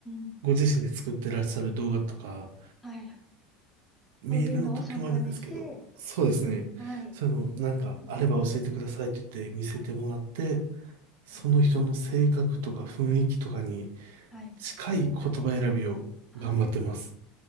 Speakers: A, in the centre; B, on the right.
A: ん。
B: ご自身で作ってらっしゃる動画とか、
A: はい。
B: メールの時もあるんですけど、
A: そういうのを3回目して、
B: そうですね。
A: はい。
B: そういうのをなんかあれば教えてくださいって言って見せてもらって、
A: うん。はい。
B: その人の性格とか雰囲気とかに
A: あーはい。
B: 近い言葉選びを頑張ってます。
A: ああ。